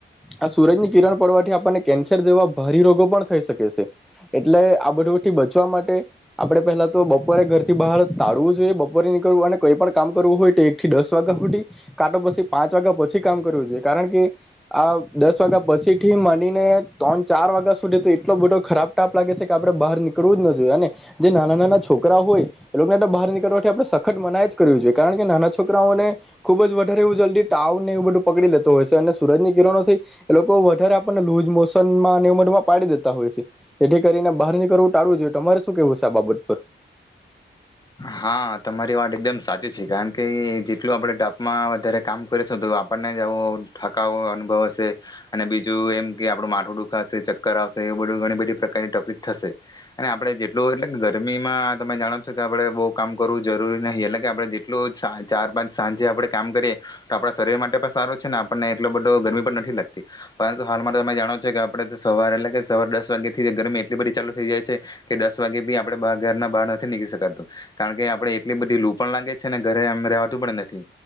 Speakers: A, in the centre; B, on the left.
A: આ સૂરજની કિરણ પડવાથી આપણને કેન્સર જેવા ભારે રોગો પણ થઈ શકે છે, એટલે આ બધુંથી બચવા માટે આપણે પહેલા તો બપોરે ઘરથી બહાર તાળવું જોઈએ, બપોરે નીકળવું અને કોઈ પણ કામ કરવું હોય તો એક થી દસ દસ વાગ્યા સુધી કાં તો પછી પાંચ વાગ્યા પછી કામ કરવું જોઈએ, કારણ કે આ દસ વાગ્યા પછી થી માંડીને ત્રણ ચાર વાગ્યા સુધી તો એટલો બધો ખરાબ તાપ લાગે છે, કે આપણે બહાર નીકળવું જ ન જોઈએ અને જે નાના નાના છોકરા હોય એ લોકોને તો બહાર નીકળવાથી આપણે સખત મનાય જ કરવી જોઈએ, કારણ કે નાના છોક છોકરાઓને ખુબ જ વધારે એવું જલ્દી તાવ ને એવું બધું પકડી લેતો હોય છે, અને સુરજ ની કિરણોથી એ લોકો વધારે આપણને લુઝ મોશનમાં અને ઉમટમાં પાડી દેતા હોય છે, જેથી કરીને બહાર નીકળવું ટાળવું જોઈએ, તમારે શું કેવું છે, આ બાબત પર.
B: હા તમારી વાત એકદમ સાચી છે, કારણ કે જેટલું આપણે તાપમાં વધારે કામ કરીશ તો આપણને જ આવો થાકનો અનુભવ હશે, અને બીજું એમ કે આપણું માથું દુખાશે ચક્કર આવશે, એવું બધું ઘણી બધી પ્રકારની તકલીફ થશે, અને આપણે જેટલું એટલે ગરમીમાં તમે જાણો છો કે આપણેે બો કામ કરવું જરૂરી નહીં, એટલે કે આપણે જેટલું ચાર પાંચ સાંજે આપણે કામ કરીએ તો આપણા શરીર માટે પણ સારું છે, ને આપણને એટલો બધો ગરમી પણ નથી લાગતી પરંતુ હાલ માટે તમે જાણો છો, કે આપણે સવારે એટલે કે સવારે દસ વાગે થી ગરમી એટલી બધી ચાલુ થઈ જાય છે, કે દસ વાગે બી આપણે બહાર ઘરના બહાર નથી નીકળી શકાતું કારણ કે આપણે એટલી બધી લૂ પણ લાગે છે, અને ઘરે એમ રહેવાતું પણ નથી,